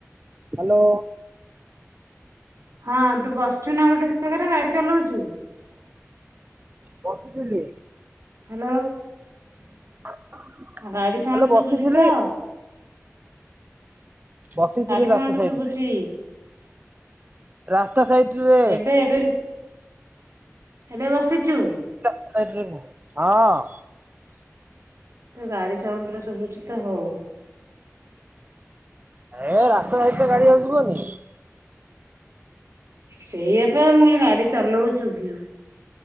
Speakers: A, on the right; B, on the right.
A: ହାଲୋ।
B: ହଁ ତୁ ବସିଛୁ ନା ଗୋଟେ ଜାଗାରେ ଗାଡି ଚଲଉଛୁ?
A: ବସିଥିଲି।
B: ହାଲୋ।
A: <inaudible>
B: ଆଉ ଗାଡି
A: ହ୍ୟାଲୋ
B: ସାଉଣ୍ଡ ଶୁଭୁଛି
A: ବସିଥିଲି
B: ତ
A: ବସିଥିଲୁ
B: ଗାଡି ସାଉଣ୍ଡ
A: ରାସ୍ତା ସାଇଟରେ।
B: ଶୁଭୁଛି
A: ରାସ୍ତା ସାଇଟରେ।
B: ଏବେ ଏବେ ଏବେ ବସିଛୁ।
A: ହଁ।
B: ତ ଗାଡି ସାଉଣ୍ଡ ଟା ଶୁଭୁଛି ତ ହଉ।
A: ଏ ରାସ୍ତା ସାଇଟରେ ଗାଡି ଆଉ ଯିବନି।
B: ସେଇଆପା ମୁଁ କହିଲି ଗାଡି ଚଲଉଛୁ କି?